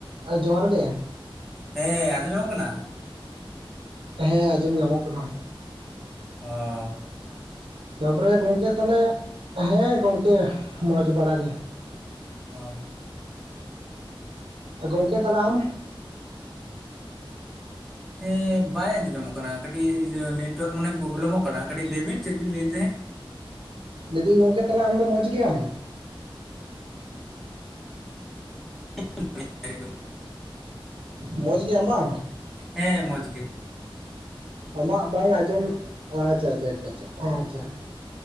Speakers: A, on the right; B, in the centre.
A: ᱟᱸ ᱡᱚᱦᱟᱨ ᱜᱮ᱾
B: ᱦᱮᱸ ᱟᱸᱡᱚᱢᱚᱜ ᱧᱟᱢᱚᱜ ᱠᱟᱱᱟ?
A: ᱦᱮᱸ ᱟᱸᱡᱚᱢ ᱧᱟᱢᱚᱜ ᱠᱟᱱᱟ᱾
B: ᱚᱻ
A: ᱛᱟᱯᱚᱨᱮ ᱜᱚᱝᱠᱮ ᱛᱟᱦᱞᱮ, ᱦᱮᱸ ᱜᱚᱝᱠᱮ ᱢᱚᱸᱡᱽ ᱵᱟᱲᱟᱜ ᱜᱮ᱾
B: ᱚ᱾
A: ᱜᱚᱝᱠᱮ ᱛᱟᱞᱦᱮ ᱟᱢ?
B: ᱦᱮᱸ ᱵᱟᱭ ᱟᱸᱡᱚᱡᱚᱢᱚᱜ ᱠᱟᱱᱟ ᱠᱟᱹᱴᱤᱡ ᱱᱮᱴᱳᱣᱟᱠ ᱢᱟᱱᱮ ᱯᱚᱵᱮᱞᱮᱢᱚᱜ ᱠᱟᱱᱟ᱾ ᱠᱟᱹᱴᱤᱡ ᱞᱟᱹᱭ ᱵᱤᱱ ᱪᱮᱫ ᱵᱤᱱ ᱞᱟᱹᱭ ᱮᱜᱛᱮᱦᱮᱸ?
A: ᱞᱟᱹᱭ ᱫᱤᱧ ᱜᱚᱝᱠᱮ ᱛᱟᱞᱦᱮ ᱟᱢ ᱫᱚ ᱢᱚᱪᱜᱮᱭᱟᱢ?
B: <unintelligible>
A: ᱢᱚᱸᱡᱽ ᱜᱮᱭᱟᱢ ᱵᱟᱝ᱾
B: ᱦᱮᱸ ᱢᱚᱡᱽ ᱜᱮ᱾
A: ᱟᱢᱟᱜ ᱵᱟᱝ ᱟᱸᱡᱚᱢ ᱟᱪᱪᱷᱟᱻ ᱟᱪᱪᱷᱟᱻ ᱟᱪᱪᱷᱟ ᱟᱪᱪᱷᱟᱻ᱾